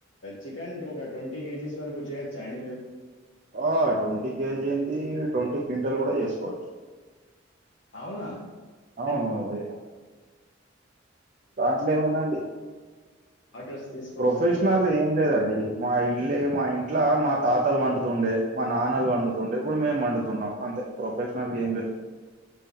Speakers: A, on the left (about 80°); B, on the right (about 40°).
A: చికెన్ ఒక ట్వంటీ కేజీస్ వరకు చేయొచ్చా అండి మీకు
B: ఆ ట్వంటీ కేజీ ఏంది ట్వంటీ క్వింటల్ కూడా చేసుకోవచ్చు
A: అవునా
B: అవును
A: అంటే
B: ఇగ దాంట్లో ఏముందండి
A: అడ్రస్ తీస్
B: ప్రొఫెషనల్ ఏం లేదండి మా ఇళ్లే మా ఇంట్లో మా తాతలు వన్డుతుండె మా నాన్నలు వండు తుండే ఇప్పుడు మేము వన్డుతున్నాం
A: ఆ!
B: అంతే ప్రొఫెషనల్ గేమ్లెద్